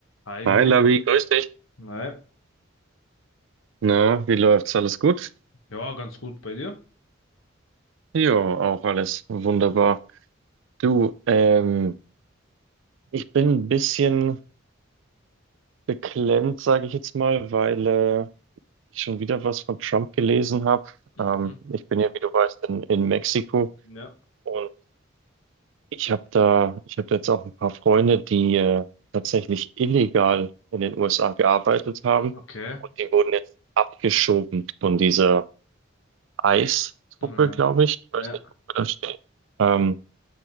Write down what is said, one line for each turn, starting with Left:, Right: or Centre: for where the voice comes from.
Left: Hi Julian.
Right: Hi Lavi, grüß dich.
Left: Nein,
Right: Na, wie läuft's? Alles gut?
Left: Ja, ganz gut bei dir.
Right: Jo, auch alles wunderbar. Du, ähm, ich bin ein bisschen beklemmt, sage ich jetzt mal, weil äh, ich schon wieder was von Trump gelesen habe.
Left: mhm.
Right: Ähm, ich bin ja, wie du weißt, in, in Mexiko
Left: Ja.
Right: und ich habe da, ich habe jetzt auch ein paar Freunde, die äh, tatsächlich illegal in den USA gearbeitet haben
Left: Okay.
Right: und die wurden jetzt abgeschoben von dieser ICE-Truppe,
Left: Ja,
Right: glaube ich. Ich
Left: ja.
Right: weiß nicht, wofür das steht. Ähm,